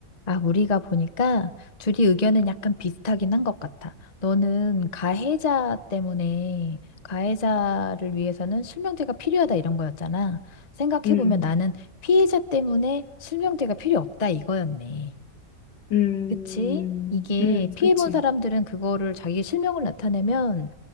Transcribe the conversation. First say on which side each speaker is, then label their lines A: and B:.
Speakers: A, on the left; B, on the left.
A: 아, 우리가 보니까 둘이 의견은 약간 비슷하긴 한 것 같아. 너는 가해자 때문에 가해자를 위해서는 실명제가 필요하다 이런 거였잖아. 생각해보면
B: 음,
A: 나는 피해자 때문에 실명제가 필요 없다 이거였네.
B: 음,
A: 그치? 이게
B: 음,
A: 피해본
B: 그치?
A: 사람들은 그거를 자기 실명을 나타내면